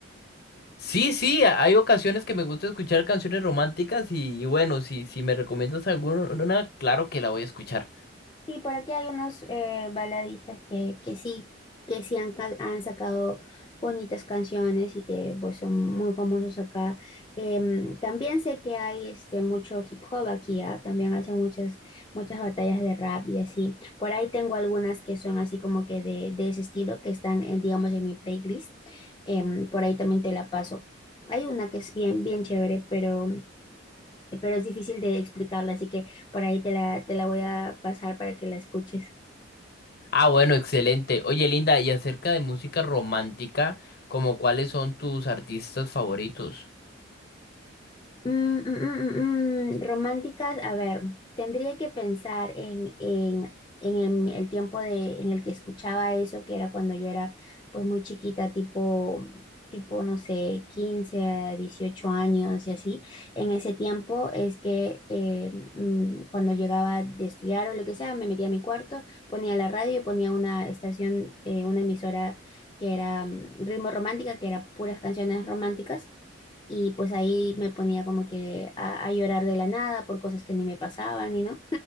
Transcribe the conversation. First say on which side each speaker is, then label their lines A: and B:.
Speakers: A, on the left; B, on the left.
A: Sí, sí, a- hay ocasiones que me gusta escuchar canciones románticas y, y bueno, si, si me recomiendas alguna, claro que la voy a escuchar.
B: Sí, por aquí hay unos eh, baladistas que, que sí, que sí han, ca- han sacado bonitas canciones y que pues son muy famosos acá. Em, también sé que hay este mucho hip hop aquí, ¿ah? También hacen muchas, muchas batallas de rap y así. Por ahí tengo algunas que son así como que de, de ese estilo, que están, en, digamos, en mi playlist. Em, por ahí también te la paso. Hay una que es bien, bien chévere, pero pero es difícil de explicarla, así que por ahí te la, te la voy a pasar para que la escuches.
A: Ah, bueno, excelente. Oye, Linda, y acerca de música romántica, como cuáles son tus artistas favoritos?
B: Mm, mm, mm, mm, mm, Románticas, a ver, tendría que pensar en, en, en em- el tiempo de, en el que escuchaba eso, que era cuando yo era pues muy chiquita, tipo, tipo, no sé, 15 a 18 años y así. En ese tiempo es que eh, mm, cuando llegaba de estudiar o lo que sea, me metía a mi cuarto, ponía la radio y ponía una estación, eh, una emisora que era mm, Ritmo Romántica, que era puras canciones románticas y pues ahí me ponía como que a, a llorar de la nada por cosas que ni me pasaban, y no,